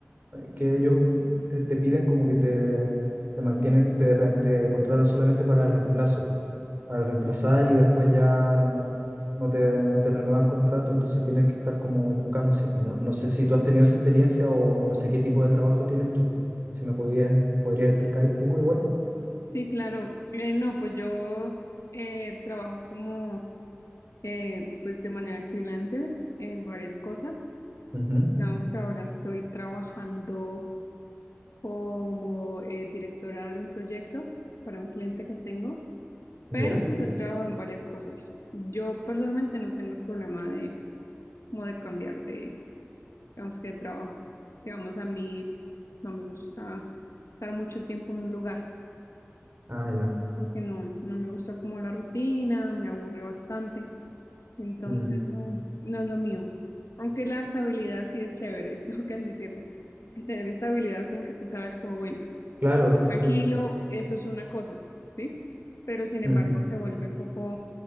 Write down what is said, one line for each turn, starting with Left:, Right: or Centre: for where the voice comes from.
Right: que ellos te, te piden, como que te, te mantienen, te, re- te contratan solamente para reemplazo, para reemplazar y después ya no te, no te renuevan contrato, entonces tienes que estar como buscando así. pues, No, no sé si tú has tenido esa experiencia o no sé qué tipo de trabajo tienes tú. Si me podías, podrías explicar un poco igual.
Left: Sí, claro. Eh, no, pues yo eh, trabajo como, eh, pues de manera freelancer en varias cosas.
Right: Ujú,
Left: Digamos que ahora estoy trabajando como eh, directora de un proyecto para un cliente que tengo,
Right: Ya.
Left: pero pues he trabajado en varias cosas. Yo personalmente no tengo el problema de, como de cambiar de digamos que de trabajo. Digamos, a mí no me gusta estar mucho tiempo en un lugar
Right: Ah, ya.
Left: porque no, no me gusta como la rutina, me aburre bastante, entonces
Right: Mm,
Left: no, no es lo mío. Aunque la estabilidad sí es chévere, <laughs> tengo que admitirlo. Que tener estabilidad como que tú sabes como, bueno,
Right: Claro,
Left: tranquilo,
Right: sí.
Left: eso es una cosa, ¿sí? Pero sin
Right: mm,
Left: embargo se vuelve un poco